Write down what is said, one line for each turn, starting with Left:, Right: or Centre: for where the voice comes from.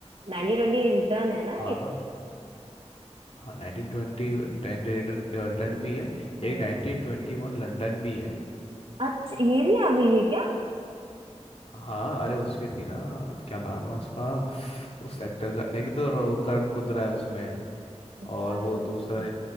Right: Ninety twenty return है ना
Left: हाँ
Right: एक
Left: हाँ 1920 रिटर्न रिटर्न भी है
Right: हम्म
Left: एक 1921 लंदन भी है
Right: अच्छा ये भी आ गई है क्या
Left: हाँ अरे उसकी थी ना क्या नाम है उसका उस एक्टर का एक तो वो करण कुंद्रा है उसमें और
Right: आ
Left: वो दूसरा